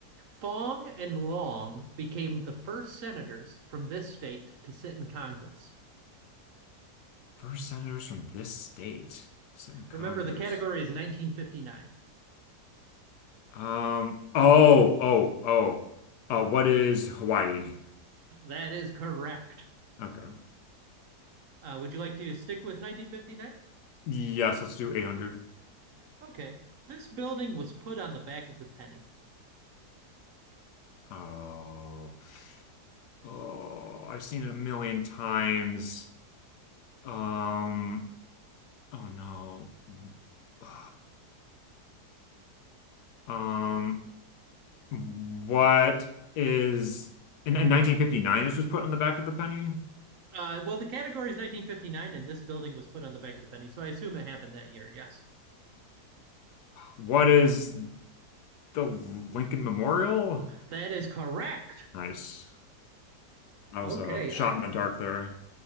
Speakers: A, on the right (about 60°); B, on the left (about 80°).
A: Fong and Long became the first senators from this state to sit in Congress.
B: First senators from this state sent in Congress.
A: Remember, the category is 1959.
B: Um. Oh. Oh. Oh. Uh, what is Hawaii?
A: That is correct.
B: Okay.
A: Uh, would you like to stick with 1959?
B: Yes, let's do 800.
A: Okay. This building was put on the back of the penny.
B: Oh, oh, I've seen it a million times. Um, oh no. <sighs> Um, what is in, in 1959 this was put on the back of the penny?
A: Uh, well, the category is 1959, and this building was put on the back of the penny, so I assume it happened that year. Yes,
B: What is the Lincoln Memorial?
A: that is correct.
B: Nice. I
A: Okay,
B: was a shot
A: I,
B: in the dark there.